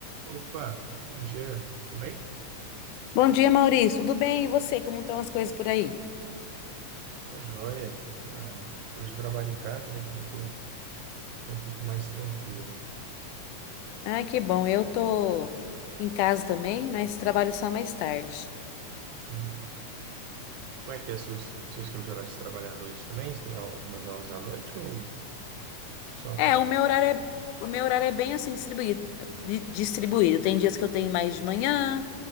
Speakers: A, on the right; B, on the left.
A: Opa, bom dia, tudo bem?
B: Bom dia, Maurício. Tudo bem? E você? Como estão as coisas por aí?
A: Tô joia. Ah, hoje eu trabalho em casa, né? Então tô, tô um pouco mais tranquilo.
B: Ah, que bom. Eu tô em casa também, mas trabalho só mais tarde.
A: Hum, como é que é seu, seu esquema de horário? Você trabalha à noite também? Você tem al- algumas aulas à noite ou só à
B: É,
A: tarde?
B: o meu horário é, o meu horário é bem assim distribuído, di- distribuído. Tem dias que eu tenho mais de manhã,